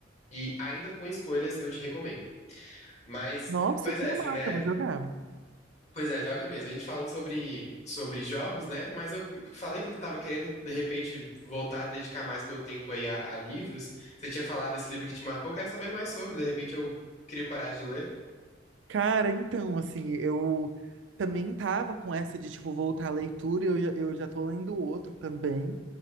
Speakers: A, on the left (about 35°); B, on the right (about 80°).
A: e ainda com escolhas, eu te recomendo. Mas,
B: Nossa,
A: pois
B: que
A: é,
B: massa,
A: assim, né?
B: vou jogar.
A: Pois é, joga mesmo. A gente falando sobre, sobre jogos, né? Mas eu falei que eu tava querendo, de repente, voltar a dedicar mais meu tempo aí a, a livros. Você tinha falado desse livro que te marcou, eu quero saber mais sobre. De repente eu crio coragem de ler.
B: Cara, então, assim, eu também tava com essa de, tipo, voltar à leitura, eu, já- eu já tô lendo outro também,